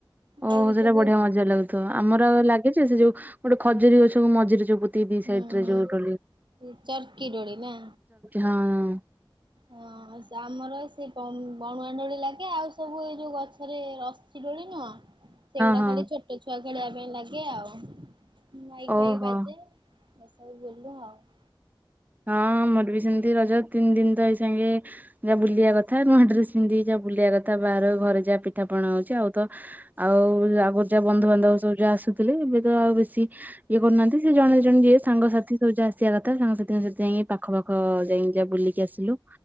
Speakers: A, on the right (about 65°); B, on the right (about 20°).
A: ଆଉ
B: ଓହୋ ସେଟା
A: ସବୁ
B: ବଢିଆ ମଜା ଲାଗୁଥିବ ଆମର ଲାଗେ ଯେ ସେ ଯୋଉ ଗୋଟେ ଖଜୁରୀ ଗଛକୁ ମଝିରେ ଯୋଉ ଦି
A: ହୁଁ
B: ସାଇଡରେ
A: ହୁଁ
B: ଯୋଉ <unintelligible>
A: ଚର୍କି ଦୋଳି ନା?
B: ହଁ
A: ହଁ। ଆମର ସେ ବଣୁଆ ଦୋଳି ଲାଗେ ଆଉ ସବୁ ଏ ଯେଉଁ ଗଛରେ ରସି ଦୋଳି ନୁହଁ ସେଗୁଡା
B: ହଁ
A: ଖାଲି ଛୋଟ ଛୁଆ ଖେଳିବା ପାଇଁ ଲାଗେ ଆଉ ମାଇକ
B: ଓହୋ
A: ଫାଇକ ବାଜେ <unintelligible>
B: ହଁ ଆମର ବି ସେମିତି ରଜ ତିନି ଦିନ ତ ଏଇ ସାଙ୍ଗେ ଯାହା ବୁଲିବା କଥା ନୂଆ ଡ୍ରେସ୍ ପିନ୍ଧିକି ଯା ବୁଲିବା କଥା ବାହର ଘରେ ଯାହା ପିଠା ପଣା ହଉଛି ଆଉ ତ ଆଉ ଆଗରୁ ଯାହା ବନ୍ଧୁବାନ୍ଧବ ସବୁ ଯାହା ଆସୁଥିଲେ ଏବେ ତ ଆଉ ବେଶୀ ଇଏ କରୁନାହାନ୍ତି ସେ ଜଣେ ଜଣେ ଯିଏ ସାଙ୍ଗସାଥି ସବୁଯାହା ଆସିବା କଥା ସାଙ୍ଗ ସାଥିଙ୍କ ସହିତ ଯାଇ ପାଖ ପାଖ ଯାଇ ଯା ବୁଲିକି ଆସିଲୁ